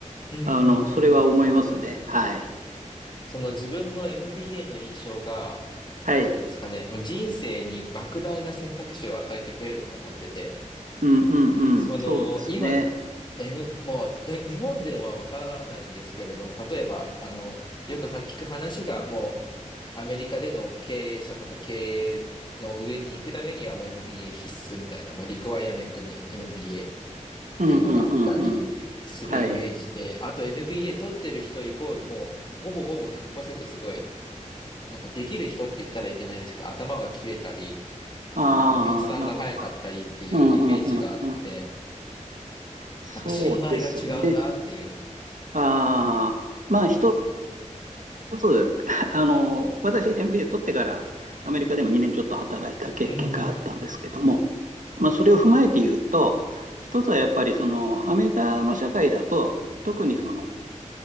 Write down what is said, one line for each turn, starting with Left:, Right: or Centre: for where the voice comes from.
Left: うんうんうんうん。
Right: あの、それは思いますね。はい。
Left: その自分の MBA の印象が、
Right: はい。
Left: なんていうんですかね、もう人生に莫大な選択肢を与えてくれると思ってて、
Right: うんうんうん。
Left: その、
Right: そうですね。
Left: 今、M、もうで、日本ではわからないんですけれども、例えば、あの、よくは聞く話が、もう、アメリカでの経営者とか経営の上に行くためには、もう MBA 必須みたいな、もうリクワイアメントに MBA っ
Right: うんうんうんうん。
Left: ていうのがあったりするイメージで、
Right: はい。
Left: あと MBA 取ってる人イコール、もう、ほぼほぼ100%すごい、なんかできる人って言ったらいけないですけど、頭が切れたり、
Right: ああ、
Left: もう決断が早かったりっていうイメージがあって、
Right: なるほど。うんうんうんうん。そうですね。
Left: なんか信頼が違うなっていう。
Right: ああ、まあ一つ、<laughs> あの、私 MBA 取ってからアメリカでも2年ちょっと働いた経験があったんですけども、
Left: うんうん
Right: まあ、それを踏まえて言うと、一つはやっぱりそのアメリカの社会だと、特にその